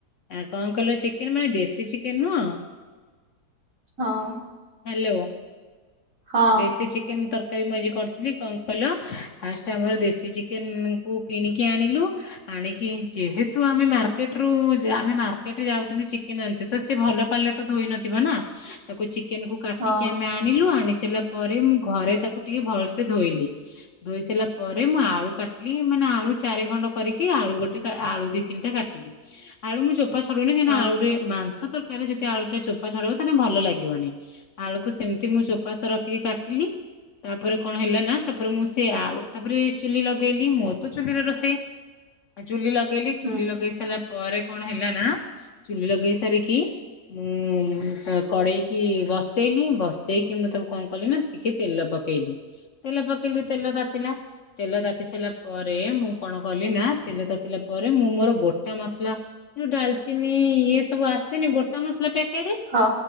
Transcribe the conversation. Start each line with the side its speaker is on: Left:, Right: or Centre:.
Left: ଆକଣ କିଇଲେ ଚିକେନ୍, ମାନେ ଦେଶୀ ଚିକେନ ନୁହଁ
Right: ହଁ।
Left: ହାଲୋ
Right: ହଁ
Left: ଦେସି ଚିକେନ୍ ତର କାରି କରିଥିଲି କଣ କହିଲ, ଫାଷ୍ଟ ଆମର ଦେଶୀ ଚିକେନକୁ କିଣିକି ଆଣିଲୁ। ଆଣିକି, ଯେହେତୁ ଆମେ ମାର୍କେଟରୁ ଆମେ ମାର୍କେଟରେ ଯାଉଛନ୍ତି ଚିକେନ୍ ଆଣିତେ ତସେ ଭଲ ପାଣିରେ ତଧୋଇ ନଥିବେନା ତାକୁ ଚିକେନକୁ କାଟିକି
Right: ହଁ
Left: ଆମେ ଆଣିଲୁ, ଆଣି ସାରିଲା ପରେ ମୁଁ ଘରେ ତାକୁ ଟିକେ ଭଲସେ ଧୋଇଲି। ଧୋଇ ସାରିଲା ପରେ, ମୁଁ ଆଳୁ କାଟିଲି ମାନେ ଆଳୁ ଚାରି ଖଣ୍ଡ କରିକି ଆଳୁ ଗୋଟେ ଆଳୁ ଦି ତିନିଟା କାଟିଲି। ଆଳୁ ମୁଁ ଚୋପା ଛଡଉନି କାଇଁକିନା
Right: ହଁ
Left: ଆଳୁରେ ମାଂସ ତରକାରୀରେ ଯଦି ଆଳୁଟା ଚୋପା ଛଡେଇବ <unintelligible> ଭଲ ଲାଗିବନି ଆଳୁକୁ ସେମିତି ମୁଁ ଚୋପା ସହ ରଖିକି କାଟିଲି। ତାପରେ କଣ ହେଲା ନା ତାପରେ ମୁଁ ସେ ଆଳୁ ତାପରେ ଚୁଲି ଲଗେଇଲି ମୁଁ ତ ଚୁଲିରେ ରୋଷେଇ
Right: <inaudible>
Left: ଚୁଲି ଲଗେଇଲି ଚୁଲି
Right: ହୁଁ
Left: ଲଗେଇ ସାରିଲା ପରେ କଣ ହେଲା ନା ଚୁଲି ଲଗେଇ ସାରିକି ମୁଁ କଡେଇକି ବସେଇଲି ବସେଇକି ମୁଁ ତାକୁ କଣ କଲି ନା ଟିକେ ତେଲ ପକେଇଲି ତେଲ ପକେଇଲି ତେଲ ତାତିଲା ତେଲ ତାତି ସାରିଲା ପରେ, ମୁଁ କଣ କଲି ନା ତେଲ ତାତିଲା ପରେ ମୁଁ ମୋର ଗୋଟା ମସଲା ଯଉ ଡାଲଚିନି ଇଏ ସବୁ ଆସେନି ଗୋଟା ମସଲା ପ୍ୟାକେଟେ
Right: ହଁ